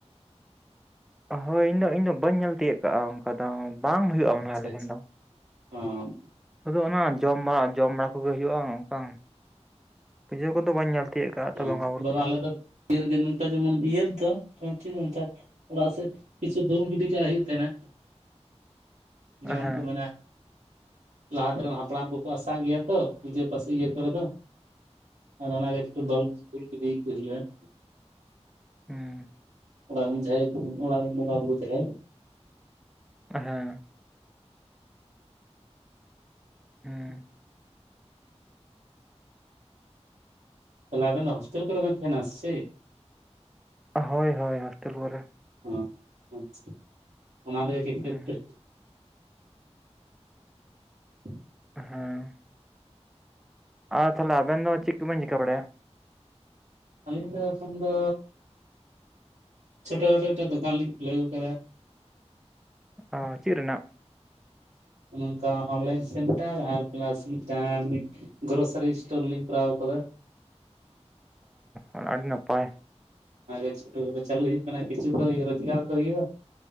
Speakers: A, in the centre; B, on the right (about 85°).
A: ᱦᱟᱭ ᱤᱧ ᱫᱚ ᱤᱧ ᱫᱚ ᱵᱟᱹᱧ ᱧᱮᱞ ᱛᱤᱭᱩᱜ ᱠᱟᱜᱼᱟ ᱚᱱᱠᱟ ᱫᱚ ᱵᱟᱝ ᱼᱼ ᱦᱩᱭᱩᱜᱼᱟ
B: ᱟᱪᱪᱷᱟ
A: ᱟᱞᱮ
B: ᱟᱪᱪᱷᱟ
A: ᱴᱷᱮᱱ ᱫᱚ ᱾
B: ᱦᱚᱸ
A: ᱥᱩᱫᱩ ᱚᱱᱟ ᱡᱚᱢ ᱵᱟᱲᱟ ᱡᱚᱢ ᱵᱟᱲᱟ ᱠᱚᱜᱮ ᱦᱩᱭᱩᱜᱼᱟ ᱚᱱᱠᱟ ᱯᱩᱡᱟᱹ ᱠᱚᱫᱚ ᱵᱟᱹᱧ ᱧᱮᱞᱼᱼ ᱛᱤᱭᱟᱜ ᱠᱟᱜᱼᱟ
B: ᱦᱚᱸ
A: ᱵᱚᱸᱜᱟ ᱵᱩᱨᱩ
B: ᱵᱟᱵᱟ
A: ᱠᱚᱫᱚ
B: ᱟᱞᱮ
A: ᱾
B: <unintelligible> ᱚᱲᱟᱜ ᱥᱮᱫ ᱠᱤᱪᱷᱩ ᱫᱩᱞ ᱜᱤᱰᱤ ᱠᱟᱜ ᱦᱩᱭᱩᱜ ᱛᱟᱦᱮᱱᱟ ᱾
A: <inaudible>
B: ᱡᱮᱢᱚᱱ
A: ᱦᱮᱸ
B: ᱠᱚ ᱢᱮᱱᱟᱼᱼ ᱞᱟᱦᱟ ᱛᱮᱨᱮᱦᱚᱸ ᱦᱟᱯᱲᱟᱢ ᱠᱚᱠᱚ ᱟᱥᱟᱜ ᱜᱮᱭᱟ ᱛᱚ ᱯᱩᱡᱟᱹ ᱯᱟᱥᱮ ᱤᱭᱟᱹ ᱠᱚᱨᱮ ᱫᱚ᱾ <unintelligible>
A: ᱦᱩᱸ᱾
B: <unintelligible>
A: ᱦᱮᱸ᱾ ᱦᱩᱸ᱾
B: ᱛᱟᱦᱚᱞᱮ ᱟ. ᱵᱤᱱ ᱫᱚ ᱦᱚᱥᱴᱮᱞ ᱠᱚᱨᱮ ᱵᱮᱴᱤᱱ ᱛᱟᱦᱮᱱᱟ ᱥᱮ?
A: ᱦᱚᱭ ᱦᱚᱭ ᱦᱚᱥᱴᱮᱞ ᱠᱚᱨᱮ᱾
B: ᱚ ᱟᱪᱷᱟ ᱚᱱᱟ ᱛᱮᱜᱮ ᱠᱤᱪᱷᱩ
A: ᱦᱩᱸ,
B: ᱮᱠᱴᱟ <inaudible>
A: ᱦᱩ᱾ᱸ ᱟᱨ ᱛᱟᱦᱞᱮ ᱟ. ᱵᱤᱱ ᱫᱚ ᱪᱤᱫ ᱠᱚᱵᱤᱱ ᱪᱤᱠᱟᱹ ᱵᱟᱲᱟᱭᱟ?
B: ᱟᱹᱞᱤᱧ ᱫᱚ ᱮᱠᱷᱚᱱ ᱫᱚ ᱪᱷᱚᱴᱚ ᱠᱷᱟᱴᱚ ᱢᱤᱫᱴᱟ. ᱝ ᱫᱚᱠᱟᱱ ᱞᱤᱧ ᱠᱷᱩᱞᱟᱹᱣ ᱠᱟᱫᱟ ᱾
A: ᱚ ᱪᱮᱫ ᱨᱮᱱᱟᱜ?
B: ᱚᱱ ᱚᱝᱠᱟ ᱚᱱᱞᱟ. ᱭᱤᱱ ᱥᱮᱱᱴᱟᱨ ᱟᱨ ᱯᱞᱟᱥ ᱢᱤᱫᱴᱟᱝ ᱜᱨᱚᱥᱟᱨᱤ ᱤᱥᱴᱚᱨ ᱞᱤᱧ ᱠᱚᱨᱟᱣ ᱟᱠᱟᱫᱟ᱾
A: ᱚ ᱟᱹᱰᱤ ᱱᱟᱯᱟᱭ᱾
B: ᱦᱮᱸ ᱪᱷᱚᱴᱚ ᱠᱷᱟᱴᱚ ᱪᱟᱹᱞᱩ ᱦᱩᱭᱩᱜ ᱠᱟᱱᱟ ᱠᱤᱪᱷᱩᱠ ᱫᱚ ᱦᱩᱭᱩᱜ ᱨᱚᱡᱽᱜᱟᱨ ᱫᱚ ᱦᱩᱭᱩᱜᱼᱟ᱾